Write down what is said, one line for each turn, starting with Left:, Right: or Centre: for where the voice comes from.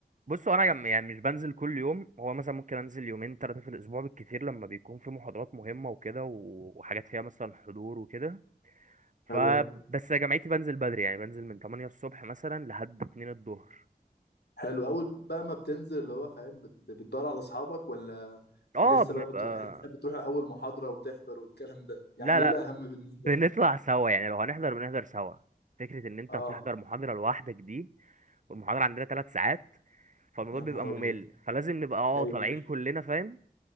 Right: بصوا انا جم- يعني مش بنزل كل يوم هو مثلا ممكن انزل يومين ثلاثه في الاسبوع بالكتير لما بيكون في محاضرات مهمه وكده و- وحاجات فيها مثلا حضور وكده فبس
Left: حلو أوي.
Right: يا جامعتي بنزل بدري يعني بنزل من 8 الصبح مثلا لحد 2 الظهر
Left: حلو اول بقى ما بتنزل اللي هو فاهم بت- بتدور على اصحابك ولا
Right: اه
Left: لسه
Right: بنبقى
Left: بقى بتروح بتروح اول محاضرة وتحضر والكلام ده يعني
Right: لا لا
Left: ايه الاهم بالنسبة
Right: بنطلع
Left: لك
Right: سوا يعني لو هنحضر بنحضر سوا فكرة ان انت
Left: اه
Right: هتحضر محاضرة لوحدك دي والمحاضرة عندنا ثلاث ساعات فالموضوع
Left: يا
Right: بيبقى
Left: نهار
Right: ممل
Left: ابيض
Right: فلازم نبقى اه
Left: ايوه
Right: طالعين كلنا فاهم